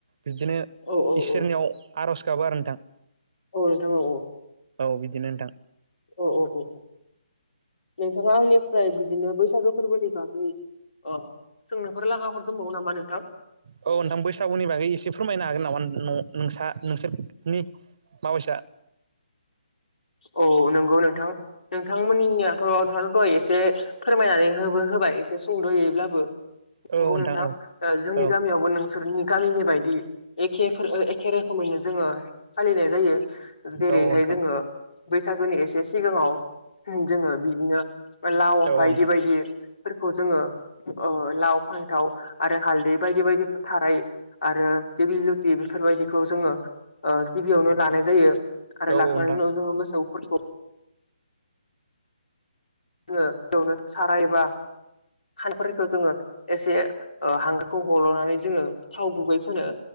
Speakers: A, on the right; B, on the left.
A: बिदिनो
B: औ औ
A: इसोरनियाव
B: औ
A: आर'ज गाबो आरो नोंथां।
B: औ नोंथां औ
A: औ बिदिनो नोंथां
B: औ औ औ औ नोंथाङा आंनिफ्राय बिदिनो बैसागो फोरबोनि बागै अ सोंनोफोर लागाफोर दंबावो नामा नोंथां।
A: औ नोंथां बैसागुनि बागै एसे फोरमायनो हागोन नामा न' नोंसा नोंसोरनि माबैसा?
B: औ नंगौ नोंथां! नोंथांमोननियाथ' दहाय एसे फोरमायनानै होबो हो होबाय एसे संद'यैब्लाबो
A: औ
B: नंगौ नोंथां
A: औ
B: जोंनि
A: औ
B: गामियावबो नोंसोरनि गामिनि बायदि एखे एखे खोमैनो जोङो फालिनाय जायो जेरैहाय
A: औ नोंथां
B: जोङो बैसागोनि एसे सिगाङाव जोङो बिदिनो लाव
A: औ औ
B: बायदि
A: नोंथां
B: बायदि फोरखौ जोङो ओ लाव, फान्थाव आरो हालदै बायदि बायदिफो थाराय आरो दिग्लिलथि बेफोरबायदिखौ जोङो ओ गिबियावनो लानाय जायो आरो
A: औ
B: लाखांनायनि
A: नोंथां
B: उन खौ फोरखौ जोङो सारायबा सानफोरखौ जोङो <unintelligible> एसे ओ हांगारखौ हल'नानै जोङो थाव गुबै फोनो